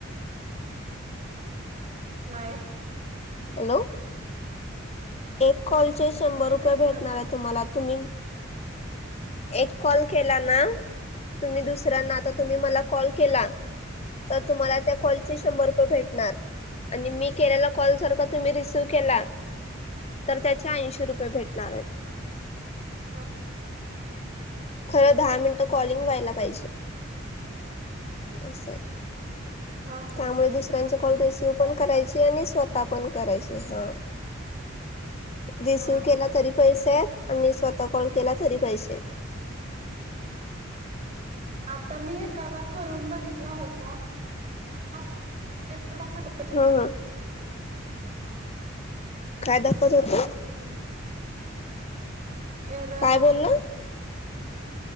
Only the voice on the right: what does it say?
नाही
किती
होणार
हा.
हा
हा हा
तसं
आहे
व्हय.
हा
आता मी एकाला करून बघितला होता. <unintelligible> त होत
हम्म एरर
दाखवत होता.